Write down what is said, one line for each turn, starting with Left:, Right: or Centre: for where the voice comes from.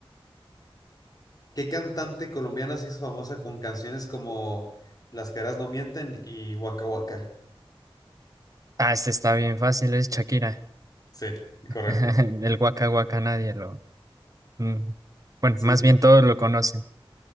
Left: ¿Qué cantante colombiana se hizo famosa con canciones como Las caras no mienten y Waka Waka?
Right: Ah, este está bien fácil, es Shakira.
Left: Sí,
Right: <laughs>
Left: correcto.
Right: El Waka Waka nadie lo... mm, Bueno,
Left: Sí,
Right: más
Left: sí.
Right: bien todos lo conocen.